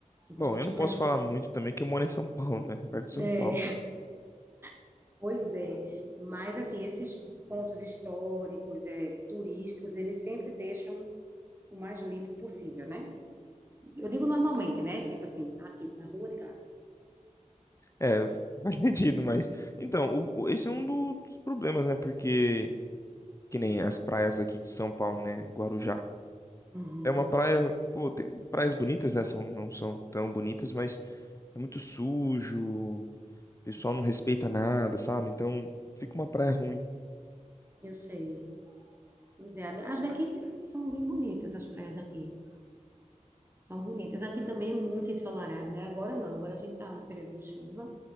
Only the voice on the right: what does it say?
Então,
deixa
mais,
é,
<laughs> pois é, mas assim, esses pontos históricos, é, turísticos, eles sempre deixam o mais limpo possível, né? Eu digo normalmente, né? Tipo assim, aqui na rua de casa.
Uhum,
eu sei. Pois é, as daqui são bem bonitas, as praias daqui. São bonitas. Aqui também é muito ensolarado, né? Agora não, agora a gente tá no período de chuva,